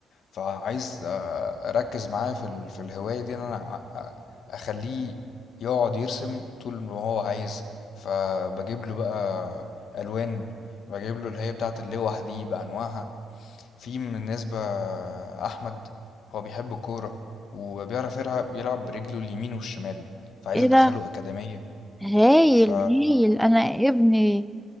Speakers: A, on the left; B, in the centre.
A: فعايز آه، اركز معاه في ال- في الهوايه دي ان انا ع- اخليه يقعد يرسم طول ما هو عايز فبجيب له بقى الوان بجيب له اللي هي بتاعه اللوح دي بانواعها في من الناس بقى احمد هو بيحب الكوره وبيعرف يلعب يلعب برجله اليمين والشمال فعايز
B: ايه
A: ادخله
B: ده
A: اكاديميه
B: هايل
A: ف
B: هايل انا ابني